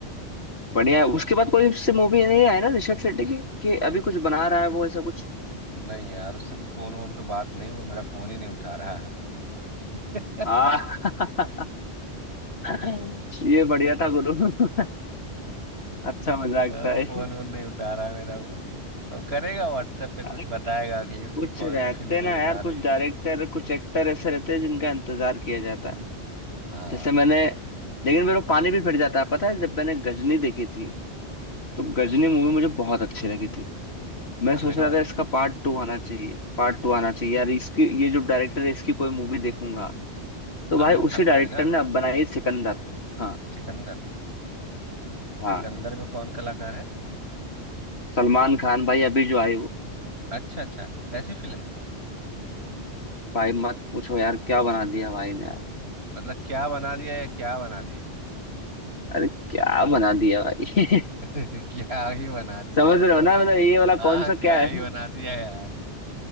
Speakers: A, on the left (about 60°); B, on the right (about 65°).
A: बढ़िया है उसके बाद कोई उससे मूवी नहीं आया ना ऋषभ शेट्टी की कि अभी कुछ बना रहा है वो ऐसा कुछ
B: नहीं यार उससे तो फोन वोन पे बात नहीं वो मेरा फोन ही नहीं उठा रहा <laughs> है।
A: हाँ <laughs> ये बढ़िया था गुरु <laughs> अच्छा
B: वो
A: मजाक था ये
B: फोन वोन नहीं उठा रहा मेरा वो और करेगा व्हाट्सएप पे कुछ
A: अरे
B: बताएगा कि उसकी
A: कुछ
B: कौन
A: रहते
B: सी फिल्म विल्म
A: ना यार
B: आ
A: कुछ
B: रही है
A: डायरेक्टर कुछ एक्टर ऐसे रहते हैं जिनका इंतजार किया जाता है
B: हाँ
A: जैसे मैंने लेकिन मेरे को पानी भी फिर जाता है पता है जब मैंने गजनी देखी थी तो गजनी मूवी मुझे बहुत अच्छी लगी थी मैं सोच
B: आमिर
A: रहा
B: वाली
A: था इसका पार्ट टू आना चाहिए पार्ट टू आना चाहिए यार इसकी ये जो डायरेक्टर है इसकी कोई मूवी देखूंगा तो भाई
B: आमिर खान
A: उसी डायरेक्टर
B: वाली ना
A: ने अब बनाई है सिकंदर हाँ
B: सिकंदर
A: हाँ
B: सिकंदर में कौन कलाकार है
A: सलमान खान भाई अभी जो आई वो
B: अच्छा अच्छा कैसी फिल्म
A: भाई मत पूछो यार क्या बना दिया भाई ने
B: मतलब क्या बना दिया या क्या बना दिया
A: अरे क्या बना दिया भाई <laughs>
B: <laughs> क्या ही बना दिया
A: समझ
B: मतलब।
A: रहे हो ना मतलब ये वाला
B: हाँ
A: कौन सा
B: क्या
A: क्या है
B: ही बना दिया यार